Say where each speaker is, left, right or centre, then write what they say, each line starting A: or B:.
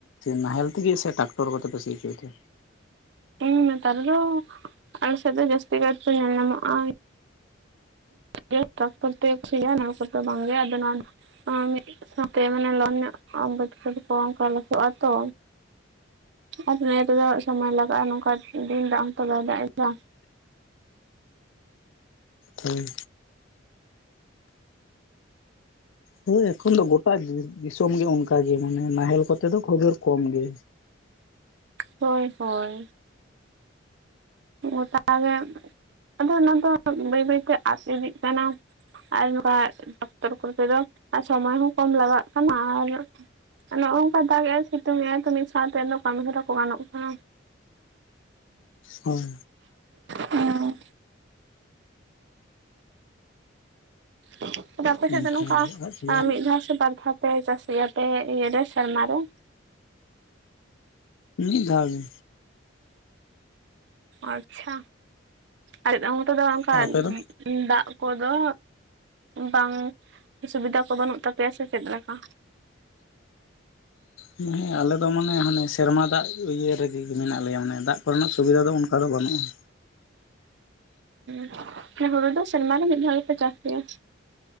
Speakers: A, on the left; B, on the right.
A: ᱱᱟᱦᱮᱞ ᱛᱮᱜᱮ ᱥᱮ ᱴᱟᱠᱴᱚᱨ ᱠᱚᱛᱮᱯᱮ ᱥᱤ ᱚᱪᱚᱭ ᱛᱮ?
B: ᱦᱩᱸ ᱱᱮᱛᱟᱨ ᱟᱞᱮᱥᱮᱫ ᱫᱚ ᱡᱟᱹᱥᱛᱤ ᱠᱟᱭᱛᱮ ᱧᱮᱞ ᱧᱟᱢᱚᱜᱼᱟ᱾ ᱤᱭᱚᱹ ᱴᱨᱟᱠᱴᱚᱨ ᱛᱮᱜᱮ ᱠᱚ ᱥᱤᱭᱟ ᱱᱚᱣᱟ ᱠᱚᱨᱮᱫ ᱫᱚ ᱵᱟᱝ ᱜᱮ ᱟᱫᱚᱱᱟ ᱢᱤᱫ ᱥᱟᱶᱛᱮ ᱢᱟᱱᱮ ᱞᱳᱱ ᱧᱚᱜ ᱵᱟᱹᱛ ᱠᱮᱛ ᱠᱚ ᱚᱱᱠᱟ ᱞᱚᱥᱚᱠᱜᱼᱟ ᱛᱚ᱾ ᱟᱫᱚ ᱱᱤᱭᱟᱹ ᱛᱚ ᱥᱚᱢᱚᱭ ᱞᱟᱜᱟᱜᱼᱟ ᱱᱚᱝᱠᱟ ᱫᱤᱱ ᱫᱟᱜ ᱦᱚᱸᱛᱚ ᱵᱟᱭ ᱫᱟᱜ ᱫᱟ᱾
A: ᱦᱩᱸ᱾ ᱦᱳᱭ ᱮᱠᱷᱚᱱ ᱫᱚ ᱜᱚᱴᱟ ᱫᱤᱥᱚᱢ ᱜᱮ ᱚᱱᱠᱟ ᱜᱮ ᱢᱟᱱᱮ ᱱᱟᱦᱮᱞ ᱠᱚᱛᱮ ᱫᱚ ᱠᱷᱩᱵᱮᱨ ᱠᱚᱢ ᱜᱮ᱾
B: ᱦᱚᱭ ᱦᱚᱭ᱾ ᱜᱚᱴᱟ ᱜᱮ, ᱟᱫᱚ ᱚᱱᱟ ᱫᱚ ᱵᱟᱹᱭ ᱵᱟᱹᱭᱛᱮ ᱟᱛ ᱤᱫᱤᱜ ᱠᱟᱱᱟ᱾ ᱟᱨ ᱱᱚᱠᱟ ᱰᱚᱠᱴᱚᱨ ᱠᱚᱛᱮ ᱫᱚ ᱟᱨ ᱥᱚᱢᱚᱭ ᱦᱚᱸ ᱠᱚᱢ ᱞᱟᱜᱟᱜ ᱠᱟᱱᱟ ᱟᱨ ᱱᱚᱜ-ᱚᱝᱠᱟ ᱫᱟᱜ ᱮᱜᱟᱭ ᱥᱤᱛᱩᱝ ᱮᱜᱟᱭ ᱛᱚ ᱢᱤᱫ ᱥᱟᱶᱛᱮ ᱟᱫᱚ ᱠᱟᱹᱢᱤ ᱦᱚᱨᱟ ᱠᱚ ᱜᱟᱱᱚᱜ ᱠᱟᱱᱟ᱾
A: ᱦᱩᱸ
B: ᱦᱩᱸ ᱛᱚᱵᱮ ᱟᱯᱮ ᱥᱮᱫ
A: ᱚᱱᱠᱟ
B: ᱫᱚ ᱱᱚᱝᱠᱟ
A: ᱜᱮ ᱟᱫ ᱪᱟᱵᱟᱜ
B: ᱮᱸ ᱢᱤᱫ ᱫᱷᱟᱣ ᱥᱮ ᱵᱟᱨ ᱫᱷᱟᱣ ᱯᱮ ᱪᱟᱹᱥ ᱜᱮᱭᱟ ᱯᱮ ᱤᱭᱟᱹ ᱨᱮ ᱥᱮᱨᱢᱟ ᱨᱮ᱾
A: ᱢᱤᱜ ᱫᱷᱟᱣ ᱜᱮ᱾
B: ᱟᱪᱪᱷᱟ ᱟᱨ <inaudible> ᱫᱚ ᱚᱱᱠᱟ,
A: ᱟᱨ ᱟᱯᱮ ᱫᱚ?
B: ᱫᱟᱜ ᱠᱚᱫᱚ ᱵᱟᱝ ᱥᱩᱵᱤᱫᱟ ᱠᱚ ᱵᱟᱹᱱᱩᱜ ᱛᱟᱯᱮᱭᱟ ᱥᱮ ᱪᱮᱫ ᱞᱮᱠᱟ?
A: ᱦᱮᱸ ᱦᱮᱸ ᱟᱞᱮ ᱫᱚ ᱢᱟᱱᱮ ᱦᱟᱱᱮ ᱥᱮᱨᱢᱟ ᱫᱟᱜ ᱤᱭᱟᱹ ᱨᱮᱜᱮ ᱢᱮᱱᱟᱜ ᱞᱮᱭᱟ ᱢᱟᱱᱮ ᱫᱟᱜ ᱠᱚᱨᱮᱱᱟᱜ ᱥᱩᱵᱤᱫᱟ ᱫᱚ ᱚᱱ ᱚᱱᱠᱟ ᱫᱚ ᱵᱟᱹᱱᱩᱜ-ᱟ᱾
B: <inaudible> ᱦᱩᱲᱩ ᱫᱚ ᱥᱮᱨᱢᱟ ᱨᱮ ᱢᱤᱫ ᱫᱷᱟᱣ ᱜᱮᱯᱮ ᱪᱟᱥ ᱜᱮᱭᱟ᱾